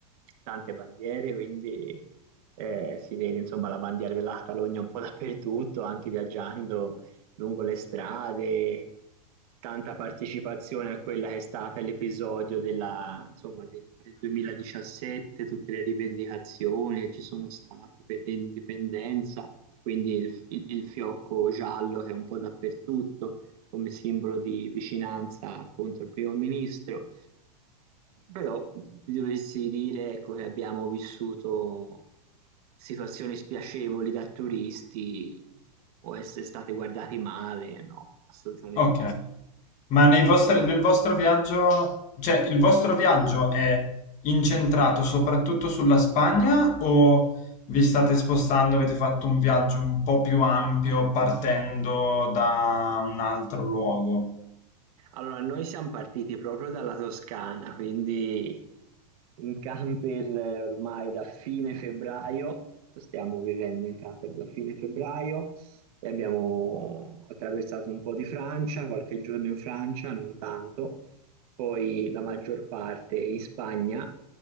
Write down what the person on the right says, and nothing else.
tante bandiere, quindi eh, si vede insomma la bandiera della Catalogna un po' dappertutto, anche viaggiando lungo le strade, tanta partecipazione a quella che è stata l'episodio della, insomma, del, del 2017, tutte le rivendicazioni che ci sono state per l'indipendenza, quindi il, il- il fiocco giallo che è un po' dappertutto come simbolo di vicinanza appunto al primo ministro. Però ti dovessi dire, ecco, che abbiamo vissuto situazioni spiacevoli da turisti o essere stati guardati male, no, assolutamente.
Allora, noi siamo partiti proprio dalla Toscana, quindi in camper eh, ormai da fine febbraio, stiamo vivendo in camper da fine febbraio e abbiamo attraversato un po' di Francia, qualche giorno in Francia, non tanto, poi la maggior parte in Spagna,